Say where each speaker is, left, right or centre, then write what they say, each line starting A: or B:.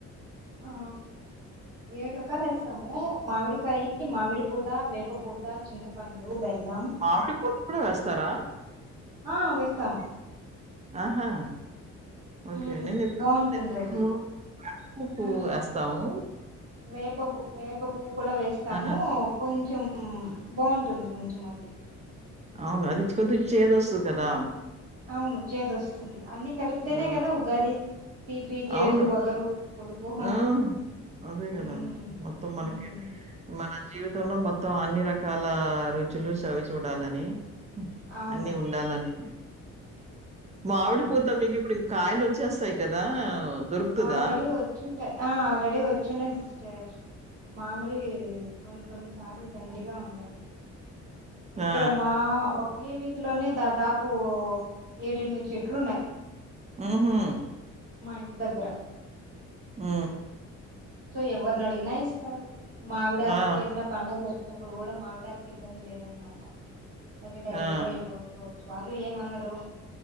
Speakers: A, on the right; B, on the right.
A: ఆ ఏడు రకాలు వేస్తాము మామిడికాయ మామిడి పూత వేపపూత చింతపండు బెల్లం
B: మామిడి పూత కూడా వేస్తారా
A: ఆ వేస్తాం
B: ఆహా ఓకే
A: మ్మ్
B: నేను ఇప్పుడు
A: బాగుంటుంది
B: తినలేదు
A: అది
B: వేప పువ్వు
A: మ్మ్
B: వేస్తాము
A: వేప పు వేప పువ్వు కూడా వేస్తాము
B: ఆ!
A: కొంచెం బాగుంటుంది కొంచెం అది
B: అవును అది కొద్ది గా చేదు వస్తుంది కదా
A: అవును చేదొస్తుంది అన్ని కలిపితేనే
B: ఆ!
A: కదా ఉగాది తీపి చేదు
B: అవును.
A: పొగరు పులుపు
B: ఆ! అదే
A: మ్మ్
B: కదా మొత్తం మనకి
A: మ్మ్
B: మన జీవితంలో మొత్తం అన్ని రకాల రుచులు చవి చూడాలని
A: అవును
B: అన్ని ఉండాలని
A: మ్మ్
B: మామిడి పూత మీకు ఇప్పుడు కాయలు వచ్చేస్తాయి కదా దొరుకుతదా?
A: ఆల్రెడీ వచ్చుండే ఆ ఆల్రెడీ వచ్చుండే సిస్టర్ మామిడికాయలు కొన్ని కొన్ని సార్లు దండిగా ఉండదు ఇక్కడ
B: ఆ!
A: మా ఈ వీధిలోనే దాదాపు ఏడెనిమిది చెట్లు ఉన్నాయి
B: ఉ హా
A: మా ఇంటి దగ్గర
B: ఉ
A: సో ఎవరిని అడిగినా ఇస్తారు మావిడాకు
B: ఆ! ఆ!
A: ఏదైనా పడుగలు వచ్చినప్పుడు ఇప్పుడు కూడా మామిడి ఆకులకు ఇబ్బంది లేదనమాట వెళ్ళి డైరెక్ట్
B: ఆ!
A: గా వెళ్ళ కోసుకోవచ్చు వాళ్ళు ఏమన్నారు